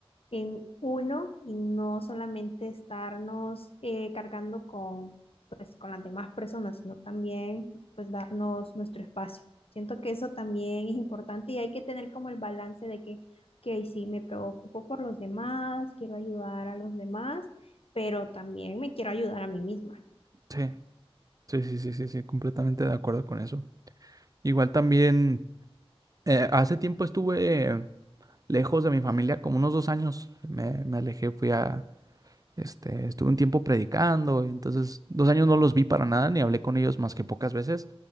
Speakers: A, on the left; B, on the right.
A: en uno y no solamente estarnos eh, cargando con, pues, con las demás personas, sino también pues darnos nuestro espacio. Siento que eso también es importante y hay que tener como el balance de que, ok, sí, me preocupo por los demás, quiero ayudar a los demás, pero también me quiero ayudar a mí misma.
B: Sí, sí, sí, sí, sí, sí, completamente de acuerdo con eso. Igual también, eh, hace tiempo estuve lejos de mi familia, como unos dos años. Me, me alejé, fui a, Este, estuve un tiempo predicando, y entonces dos años no los vi para nada, ni hablé con ellos más que pocas veces.